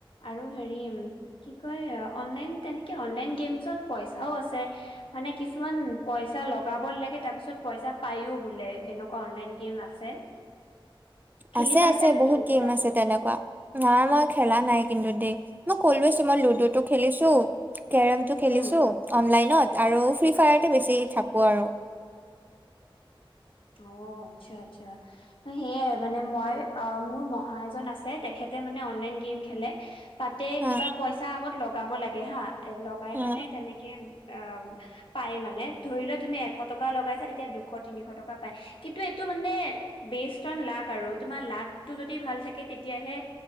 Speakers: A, on the left (about 70°); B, on the right (about 20°).
A: আৰু হেৰি কি কয় অনলাইন তেতেকে গেম পই পইচাও আছে মানে কিছুমান পইচা লগাব লাগে তাৰ পিছত পইচা পাওঁ বোলে সেনেকুৱা ক অনলাইন। গেম আছে খেলি
B: আছে
A: পাইছা
B: আছে
A: নেকি
B: বহুত
A: সেইকেইটা
B: গেম আছে তেনেকুৱা ধৰা মই খেলা নাই কিন্তু দেই মই কলো চোন মই লুডু টো খেলিছো কেৰমটো খেলিছো
A: হুম
B: অনলাইনত আৰু ফ্ৰী ফায়াৰতে বেছি থাকো আৰু
A: অ আচ্ছা আচ্ছা সেয়াই মানে মই অ মোৰ মহা এজন আছে তেখেত তে মানে অনলাইন গেম খেলে তাতে
B: হা
A: কিবা পইচা আগত লগাব লাগে হা এ লগাই
B: হা
A: পেনে তেনেকে অ পাই মানে ধৰি লোৱা তুমি এশ টকা লগাইছা তেতিয়া দুশ তিনিশ টকা কিন্তু এইটো মানে বেছ তন লাক আৰু তোমাৰ লাকটো যদি ভাল থাকে তেতিয়াহে।